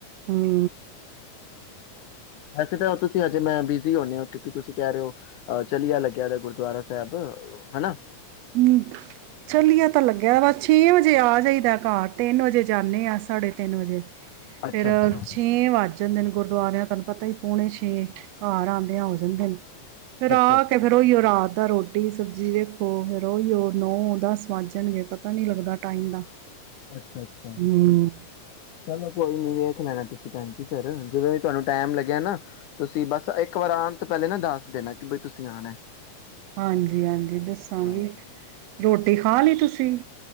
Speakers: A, on the right; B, on the left.
A: ਹੂੰ।
B: ਵੈਸੇ ਤਾਂ ਉਹ ਤੁ ਹਜੇ ਮੈਂ ਬਿਜ਼ੀ ਹੁੰਦੇ ਹਾਂ ਕਿਉਂਕਿ ਤੁਸੀਂ ਕਹਿ ਰਹੇ ਹੋ ਅ ਚਲਆ ਲੱਗਿਆ ਗੁਰਦੁਆਰਾ ਸਾਹਿਬ ਹਨਾ।
A: ਹੂੰ ਚੱਲੀਆ ਤਾਂ ਲੱਗਿਆ ਬਸ ਛੇ ਵਜੇ ਆ ਜਾਈਦਾ ਘਰ ਤਿੰਨ ਵਜੇ ਜਾਂਦੇ ਆ ਸਾਢੇ ਤਿੰਨ ਵਜੇ
B: ਅੱਛਾ
A: ਫੇਰ
B: ਅੱਛਾ
A: ਛੇਂ ਵੱਜ ਜਾਂਦੇ ਨੇ ਗੁਰਦੁਆਰਿਆਂ ਤੁਹਾਨੂੰ ਪਤਾ ਹੀ ਪੋਣੇ ਛੇ ਘਰ ਆਉਂਦਿਆਂ ਹੋ ਜਾਂਦੇ ਨੇ। ਫੇਰ
B: ਅੱਛਾ
A: ਆ
B: ਅੱਛਾ
A: ਕੇ ਫੇਰ ਉਹੀਓ ਰਾਤ ਤਾਂ ਰੋਟੀ ਸਬਜ਼ੀ ਵੇ ਉ ਫਿਰ ਉਹੀ ਉਹ ਨੌ ਦਸ ਵੱਜ ਜਾਣਗੇ ਪਤਾ ਨੀ ਲੱਗਦਾ ਟਾਈਮ ਦਾ
B: ਅੱਛਾ -ਅੱਛਾ
A: ਹੂੰ,
B: ਚਲੋ ਕੋਈ ਨੀ ਵੇ ਥ ਲੈਣਾ ਤੁਸੀਂ ਭੈਣ ਜ ਸਰ ਜਿਵੇਂ ਤੁਹਾਨੂੰ ਟਾਈਮ ਲੱਗਿਆ ਨਾ ਤੁਸੀਂ ਬਸ ਇੱਕ ਵਾਰ ਆਉਣ ਤੋਂ ਪਹਿਲੇ ਨਾ ਦੱਸ ਦੇਣਾ ਕਿ ਬਈ ਤੁਸੀਂ ਆਣਾ।
A: ਹਾਂਜੀ -ਹਾਂਜੀ ਦੱਸਾਂਗੀ
B: ਹਾਂਜੀ
A: ਰੋਟੀ ਖਾ ਲਈ ਤੁਸੀਂ